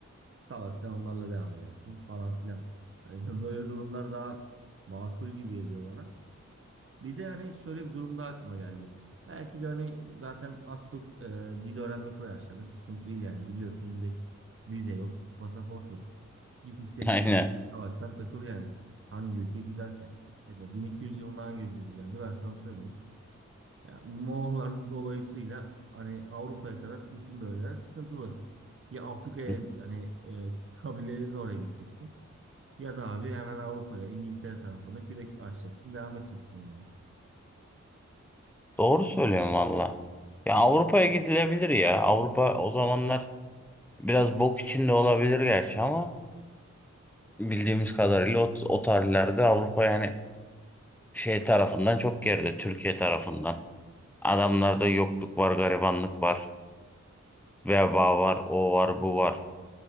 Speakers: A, on the right (about 45°); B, in the centre.
A: Salaktan onlarla devam edersin falan filan. Hani bö- böyle durumlar daha makul gibi geliyor bana. Bir de hani şöyle bir durumda aklıma geldi. Belki de hani zaten az çok e, dil öğrenmek o yaşlarda sıkıntı değil yani. Gidiyorsun direkt vize yok, pasaport yok. Git istediğin
B: Aynen.
A: ülke, salaktan takıl yani. Hangi ülke güzelse. Mesela 1200 yılında hangi ülke güzeldi ben sana söyleyeyim. Ya Moğollar dolayısıyla hani Avrupa'ya kadar bütün bölgeler sıkıntılı. Ya Afrika'ya
B: Hı.
A: hani e, kabilelerin oraya gideceksin. Ya da abi hemen Avrupa'ya, İngiltere tarafına kürek açacaksın, devam edeceksin yani.
B: Doğru söylüyorum valla. Ya Avrupa'ya gidilebilir ya. Avrupa o zamanlar biraz bok içinde olabilir gerçi ama bildiğimiz kadarıyla o, o tarihlerde Avrupa yani şey tarafından çok geride. Türkiye tarafından. Adamlarda yokluk var, garibanlık var, veba var, o var, bu var.